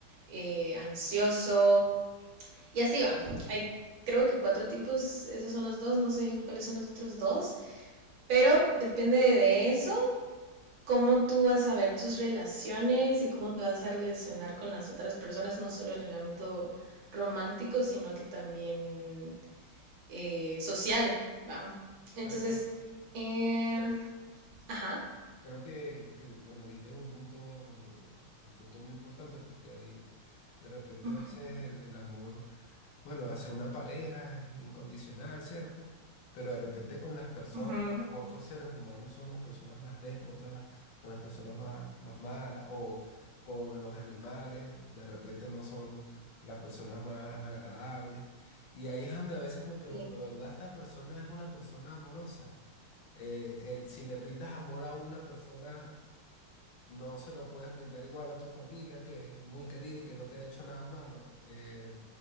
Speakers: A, on the right; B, on the left.
A: eh, ansioso. Y así va. Hay creo que cuatro tipos, esos son los dos, no sé cuáles son los otros dos, pero depende de eso cómo tú vas a ver tus relaciones y cómo te vas a relacionar con las otras personas, no solo en el ámbito romántico, sino que también eh, social, ¿va? Entonces,
B: Tal cual.
A: eh, ajá.
B: Creo que, que, bueno, diste un punto, un un punto muy importante porque ahí de repente
A: ujú,
B: a veces el el amor... bueno, hacia una pareja es incondicional, ¿cierto? Pero de repente con las personas,
A: ujú,
B: con los otros seres humanos, son las personas más déspotas, son las personas más, más malas, o con los animales, de repente no son las personas más agradables. Y ahí es donde a veces me pregunto,
A: sí,
B: ¿verdad? ¿Esta persona es una persona amorosa? Eh, el- si le brindas amor a una persona no se lo puedes brindar igual a tu familia, que es muy querida y que no te ha hecho nada malo. Eh,